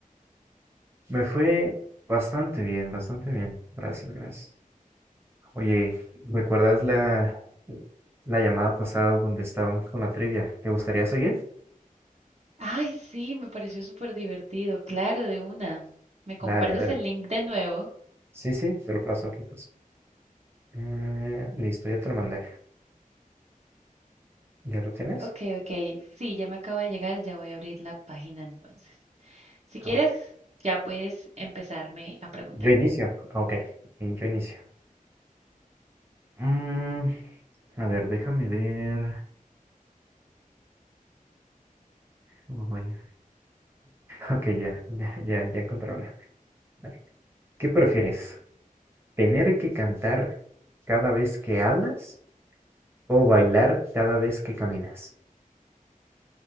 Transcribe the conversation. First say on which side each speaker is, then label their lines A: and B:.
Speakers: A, on the right; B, on the right.
A: Me fue bastante bien, bastante bien. Gracias, gracias. Oye, ¿recuerdas la, la llamada pasada donde estábamos con la trivia? ¿Te gustaría seguir?
B: Ay, sí, me pareció súper divertido, claro, de una. ¿Me compartes
A: Dale, dale.
B: el link de nuevo?
A: Sí, sí, te lo paso, te lo paso. Eh, listo, ya te lo mandé. ¿Ya lo tienes?
B: Ok, ok, sí, ya me acaba de llegar, ya voy a abrir la página entonces. Si quieres,
A: Ah, Ok.
B: ya puedes empezarme a preguntar.
A: Yo inicio. Ah, Ok, y yo inicio. Mm, a ver, déjame ver. Oh, vaya. Ok, ya, ya, ya, ya encontré una. Vale. ¿Qué prefieres? ¿Tener que cantar cada vez que hablas o bailar cada vez que caminas?